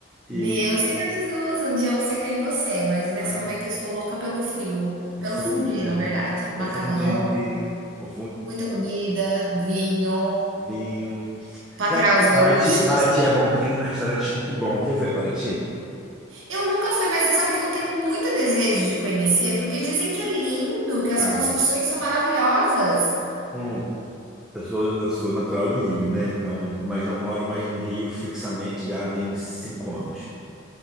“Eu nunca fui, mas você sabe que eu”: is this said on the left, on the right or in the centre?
Right